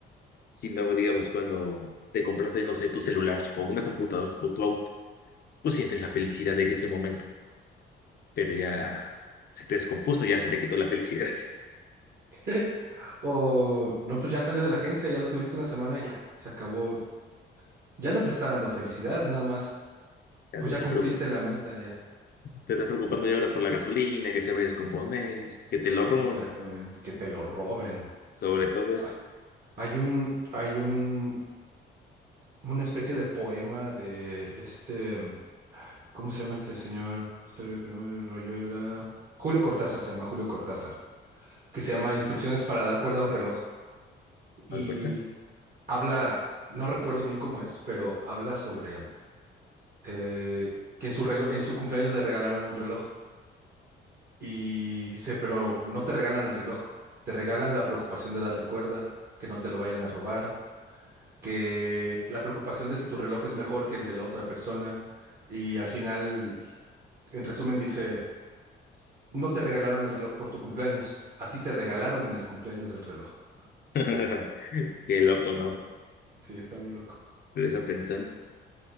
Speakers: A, on the left; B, on the right.
A: Si no, digamos, cuando te compraste, no sé, tu celular o una computadora o tu auto, tú sientes la felicidad de ese momento, pero ya se te descompuso, ya se te quitó la felicidad. <laughs>
B: <laughs> O, no, pues ya salió de la agencia, ya lo tuviste una semana, ya, se acabó. Ya no te está dando felicidad, nada más.
A: Ya
B: Pues
A: te estás
B: ya cumpliste
A: preocup-
B: la meta, ya.
A: te estás preocupando ya ahora por la gasolina, que se va a descomponer, que te lo roben.
B: Exactamente, que te lo roben.
A: Sobre todo eso.
B: Ah, Hay un, hay un, una especie de poema de este, ¿cómo se llama este señor? Historia de Rayuela. Julio Cortázar, se llama Julio Cortázar, que se llama Instrucciones para dar cuerda a un reloj. Y
A: dar cuenta?
B: habla, no recuerdo bien cómo es, pero habla sobre eh, que en su relo- en su cumpleaños le regalaron un reloj. Y dice, pero no te regalan el reloj, te regalan la preocupación de darle cuerda, que no te lo vayan a robar que la preocupación de si tu reloj es mejor que el de la otra persona y al final, en resumen, dice, no te regalaron el reloj por tu cumpleaños, a ti te regalaron en el cumpleaños del reloj.
A: <laughs> Qué loco, ¿no?
B: Sí, está muy loco.
A: Te deja pensando.